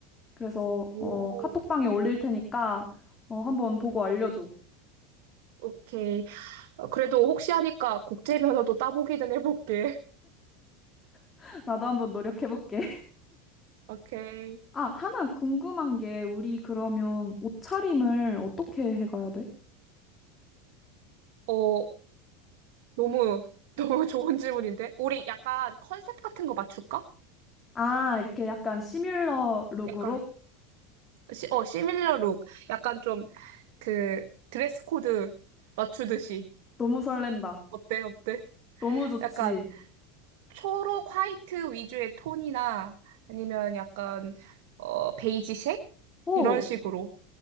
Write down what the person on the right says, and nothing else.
오,
오케이. 어, 그래도 혹시 하니까 국제 면허도 따보기는 해볼게.
<laughs> 오케이.
어, 너무, <laughs> 너무 좋은 질문인데? 우리 약간 컨셉 같은 거 맞출까?
약간, 시, 어, 시밀러 룩. 약간 좀 그 드레스 코드 맞추듯이.
어때, 어때?
약간 초록 화이트 위주의 톤이나 아니면 약간 어 베이지색
이런 식으로